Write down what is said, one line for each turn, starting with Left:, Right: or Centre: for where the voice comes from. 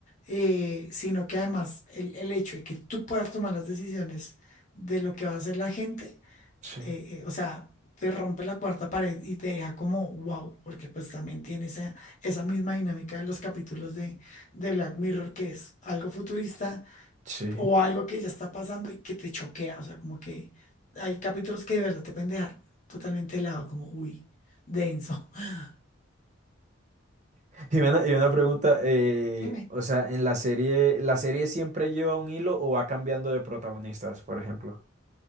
Left: eh, sino que además el, el hecho de que tú puedas tomar las decisiones de lo que va a hacer la gente,
Right: sí,
Left: eh, eh, o sea, te rompe la cuarta pared y te deja como wow, porque pues también tiene esa, esa misma dinámica de los capítulos de, de Black Mirror, que es algo futurista
Right: sí.
Left: o algo que ya está pasando y que te choquea, o sea, como que hay capítulos que de verdad te pueden dejar totalmente helado, como, uy, denso. <laughs>
Right: Y una, y una pregunta, eh,
Left: Dime,
Right: o sea, en la serie, ¿la serie siempre lleva un hilo o va cambiando de protagonistas, por ejemplo?